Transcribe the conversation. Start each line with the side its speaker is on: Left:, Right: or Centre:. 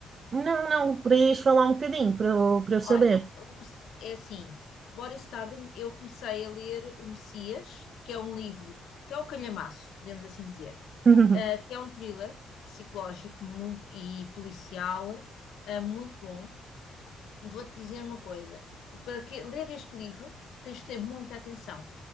Right: Não, não, podias falar um bocadinho para eu, para eu saber.
Left: Olha, o Mess- é assim, Boris Starling, eu comecei a ler O Messias, que é um livro, que é um calhamaço, podemos assim dizer,
Right: <laughs>
Left: eh, que é um thriller psicológico muito e policial, eh, muito bom. E vou-te dizer uma coisa: tu, para que- ler este livro, tens de ter muita atenção.